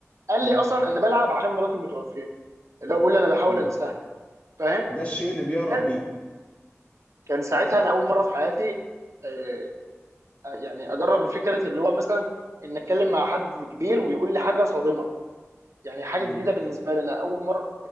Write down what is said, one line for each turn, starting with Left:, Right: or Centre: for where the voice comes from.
Right: قال
Left: م-
Right: لي اصلا انا بلعب عشان مراتي متوفيه اللي هو بيقول لي انا بحاول
Left: م.
Right: انساها فاهم؟
Left: ده الشيء اللي بيهرب
Right: كان
Left: بيه
Right: كان ساعتها انا اول مره في حياتي آه، يعني اجرب فكره اللي هو مثلا ان اتكلم مع حد كبير ويقول لي حاجه صادمه يعني حاجه
Left: م-
Right: جديده بالنسبه لي انا اول مره